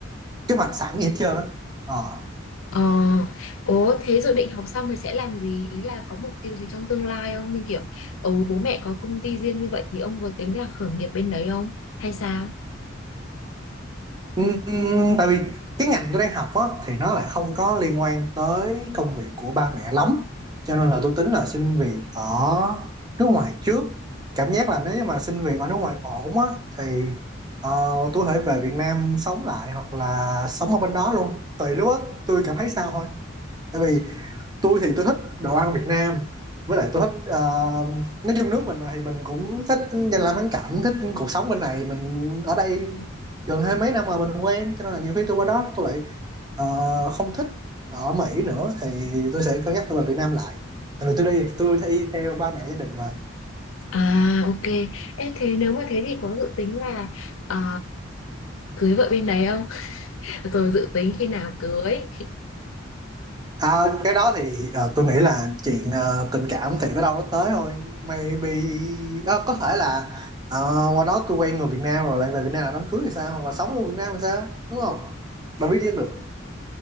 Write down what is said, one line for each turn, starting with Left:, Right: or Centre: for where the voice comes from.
Right: kế hoạch sẵn gì hết trơn đó
Left: Ờ, ố thế dự định học xong thì sẽ làm gì? Ý là có mục tiêu gì trong tương lai không? Như kiểu ừ, bố mẹ có công ty riêng như vậy thì ông có tính là khởi nghiệp bên đấy không? Hay sao?
Right: Ừm, tại vì cái ngành tôi đang học á, thì nó lại không có liên quan tới công việc của ba mẹ lắm cho nên là tôi tính là xin việc ở nước ngoài trước cảm giác là nếu như mà xin việc ở nước ngoài ổn á thì ờ, tôi có thể về Việt Nam sống lại hoặc là sống ở bên đó luôn tùy lúc á tôi cảm thấy sao thôi tại vì tôi thì tôi thích đồ ăn Việt Nam với lại tôi thích ờ, nói chung nước mình mà thì mình cũng thích danh lam thắng cảnh thích cuộc sống bên này mình ở đây gần hai mấy năm rồi mình quen cho nên là nhiều khi tôi qua đó tôi lại ờ, không thích ở Mỹ nữa thì tôi sẽ cân nhắc tôi về Việt Nam lại tại vì tôi đi tôi đi theo ba mẹ gia đình mà
Left: À ok. Ê, thế nếu mà thế thì có dự tính là à, cưới vợ bên đấy không? <laughs> Rồi dự tính khi nào cưới?
Right: À, cái đó thì ờ, tôi nghĩ là chuyện ờ, tình cảm thì tới đâu nó tới thôi maybe ờ, có thể là ờ, qua đó tôi quen người Việt Nam rồi lại về Việt Nam là đám cưới thì sao hoặc là sống luôn Việt Nam thì sao đúng không đâu biết biết được